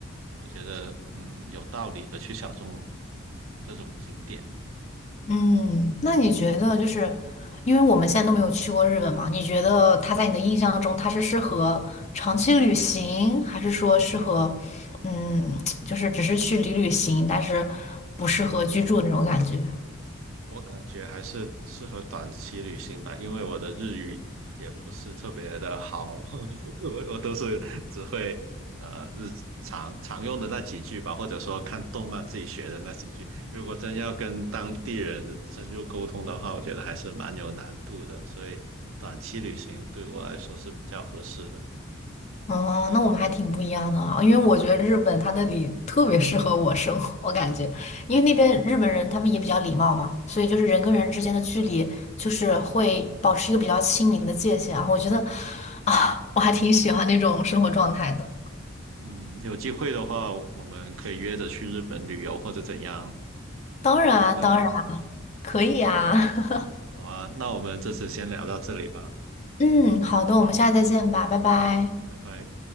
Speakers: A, on the right; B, on the left.
A: 我觉得嗯有道理的去小众这种景点。
B: 嗯，那你觉得就是，因为我们现在都没有去过日本嘛，你觉得它在你的印象中，它是适合长期旅行，还是说适合，嗯，<tsk> 就是只是去旅旅行，但是不适合居住那种感觉？
A: 我感觉还是适合短期旅行吧，因为我的日语也不是特别的好，<laughs> 我我都是只会呃日常常用的那几句吧，或者说看动漫自己学的那几句。如果真要跟当地人深入沟通的话，我觉得还是蛮有难度的，所以短期旅行对我来说是比较合适的。
B: 哦，那我们还挺不一样的啊，因为我觉得日本它那里特别适合我生活，我感觉，因为那边日本人他们也比较礼貌嘛，所以就是人跟人之间的距离就是会保持一个比较亲民的界限啊，我觉得啊，我还挺喜欢那种生活状态的。
A: 嗯，有机会的话，我们可以约着去日本旅游或者怎样，
B: 当然，
A: 你觉得呢？
B: 当然可以啊，<laughs>
A: 好啊，那我们这次先聊到这里吧，
B: 嗯，好的，我们下次再见吧，拜拜。
A: 拜拜。